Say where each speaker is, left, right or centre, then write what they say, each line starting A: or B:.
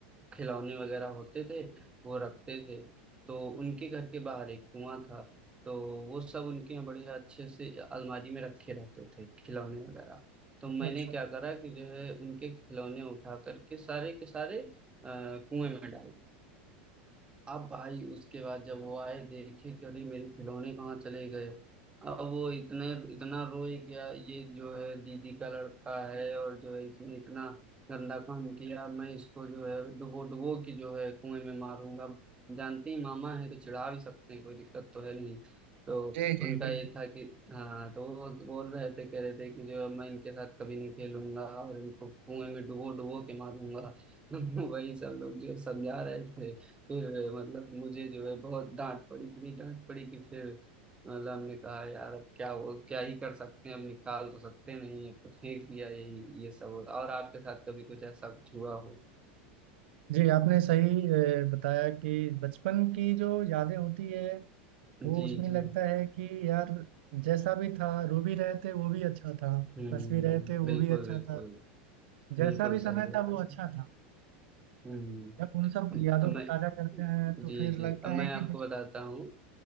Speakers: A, on the right (about 15°); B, on the right (about 75°).
A: खिलौने वगैरह होते थे वो रखते थे तो उनके घर के बाहर एक कुआं था तो वो सब उनके यहाँ बढ़िया अच्छे से अलमारी में रखे रहते थे खिलौने वगैरह तो मैंने
B: अच्छा
A: क्या करा कि जो है उनके खिलौने उठा करके सारे के सारे अ, कुएं में डाल अब भाई उसके बाद जब वो आए देखे कि अरे मेरे खिलौने कहाँ चले गए अब वो इतने इतना रोए क्या ये जो है दीदी का लड़का है और जो है इसने इतना गंदा काम किया मैं इसको जो है डुबो डुबो के जो है कुएं में मारूंगा जानते ही मामा है तो चिढ़ा भी सकते हैं कोई दिक्कत तो है नहीं तो
B: जी
A: उनका
B: जी बिल्कुल
A: ये था कि हाँ तो वो बोल रहे थे कह रहे थे कि जो है मैं इनके साथ कभी नहीं खेलूंगा और इनको कुएं में डुबो डुबो के मारूंगा <laughs> वही सब लोग जो है समझा रहे थे फिर मतलब मुझे जो है बहुत डांट पड़ी इतनी डांट पड़ी कि फिर मतलब हमने कहा यार अब क्या हो क्या ही कर सकते हैं अब निकाल तो सकते नहीं तो फेंक दिया यही ये सब और आपके साथ कभी कुछ ऐसा कुछ हुआ हो
B: जी आपने सही अ, बताया कि बचपन की जो यादें होती है वो
A: जी
B: उसमें
A: जी
B: लगता है कि यार जैसा भी था रूबी रहते वो भी अच्छा था
A: हम्म
B: बसवी रहते वो
A: बिल्कुल
B: भी अच्छा
A: बिल्कुल
B: था
A: बिल्कुल
B: जैसा भी समय
A: सही बात
B: था वो अच्छा
A: है।
B: था
A: हम्म
B: जब उन सब
A: अब
B: यादों
A: अब
B: को
A: मैं
B: ताजा करते हैं तो
A: जी
B: फिर
A: जी
B: लगता
A: अब मैं
B: है
A: आपको
B: कि
A: बताता हूँ